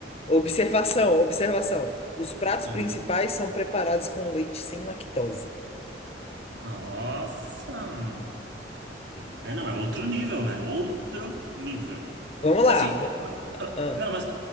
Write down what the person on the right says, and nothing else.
Ai,
meu Deus.
Nossa!
É, não, é outro nível, né? Outro nível.
Vai
ser
Não, mas